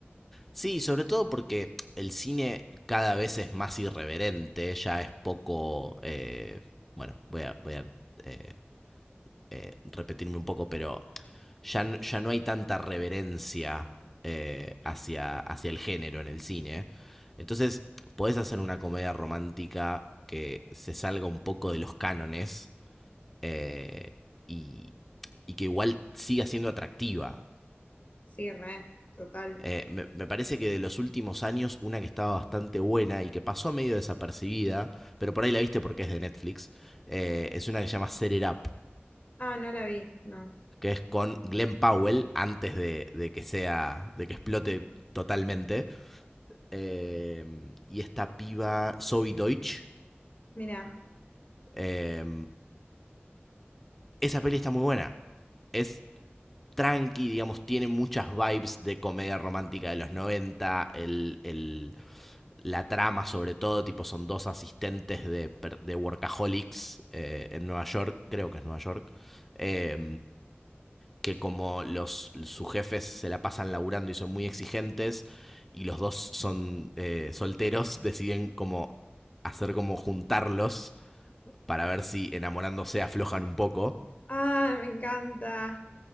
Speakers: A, in the centre; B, on the left (about 40°).
A: Sí, sobre todo porque el cine cada vez es más irreverente, ya es poco... eh, bueno, voy a, voy a, eh, eh, repetirme un poco, pero ya, n- ya no hay tanta reverencia eh, hacia, hacia el género en el cine. Entonces, podés hacer una comedia romántica que se salga un poco de los cánones eh, y, y que igual siga siendo atractiva.
B: Sí, re, total.
A: Eh, me, me parece que de los últimos años, una que estaba bastante buena y que pasó medio desapercibida, pero por ahí la viste porque es de Netflix, eh, es una que se llama Set It Up,
B: Ah, no la vi, no.
A: que es con Glenn Powell antes de, de que sea, de que explote totalmente. Eh, y esta piba Zoe Deutsch,
B: Mira.
A: eh, esa peli está muy buena. Es tranqui, digamos, tiene muchas vibes de comedia romántica de los noventa el, el la trama sobre todo, tipo son dos asistentes de, de workaholics eh, en Nueva York, creo que es Nueva York, eh, que como los, sus jefes se la pasan laburando y son muy exigentes y los dos son eh, solteros, <laughs> deciden como hacer como juntarlos para ver si enamorándose aflojan un poco.
B: Ah, me encanta.